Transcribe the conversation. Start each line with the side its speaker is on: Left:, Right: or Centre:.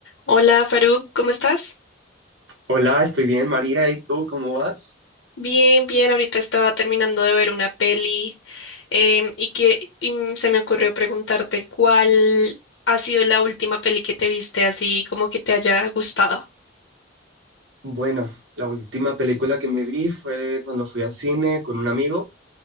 Left: Hola Faruk, ¿cómo estás?
Right: Hola, estoy bien, María. ¿Y tú cómo vas?
Left: Bien, bien, ahorita estaba terminando de ver una peli em, y que y mm, se me ocurrió preguntarte cuál ha sido la última peli que te viste así como que te haya gustado.
Right: Bueno, la última película que me vi fue cuando fui al cine con un amigo